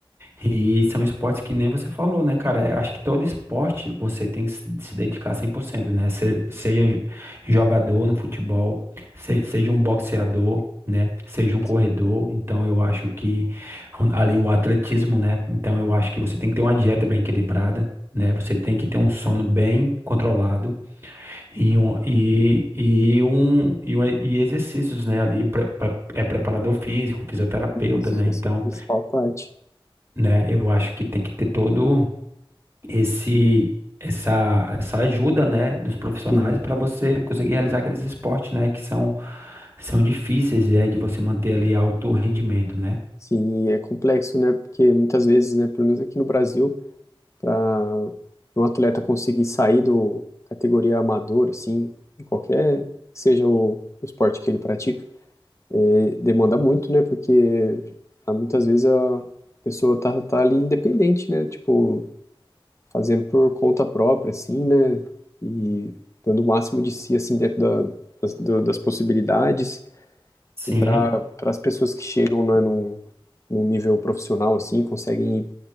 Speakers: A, on the right; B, on the left.
A: e são esportes que nem você falou, né, cara? Eu acho que todo esporte você tem que se se dedicar cem por cento né? Se- seja jogador no futebol, se- seja um boxeador, né? Seja um corredor.
B: sim.
A: Então, eu acho que o- ali o atletismo, né? Então, eu acho que você tem que ter uma dieta bem equilibrada, né? Você tem que ter um sono bem controlado e, um, e, e, um, e, um- e exercícios, né? Ali, pre- pre- é preparador físico, fisioterapeuta,
B: Isso,
A: né? Então
B: essa é a principal parte.
A: né? Eu acho que tem que ter todo esse essa essa ajuda, né, dos profissionais
B: Sim,
A: para você conseguir realizar aqueles esportes, né, que são são difíceis, é, de você manter ali alto rendimento, né?
B: sim, e é complexo, né? Porque muitas vezes, né, pelo menos aqui no Brasil, para um atleta conseguir sair do categoria amador, assim, em qualquer seja o o esporte que ele pratica É, demanda muito, né? Porque ah, muitas vezes a pessoa tá, tá ali independente, né? Tipo, fazendo por conta própria, assim, né? E dando o máximo de si, assim, dentro da- das, do- das possibilidades.
A: Sim,
B: E para para as pessoas que chegam, né, num, num nível profissional, assim, conseguem